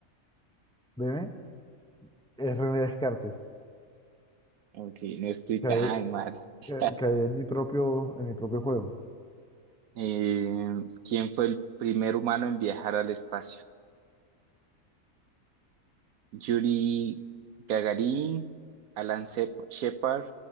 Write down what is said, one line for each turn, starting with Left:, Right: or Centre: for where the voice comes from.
Centre: Veme, es René Descartes.
Right: Ok, no estoy
Centre: Caí,
Right: tan mal. <laughs>
Centre: ca- caí en mi propio, en mi propio juego.
Right: Eh, ¿quién fue el primer humano en viajar al espacio? Yuri Gagarin, Alan Shep- Shepard,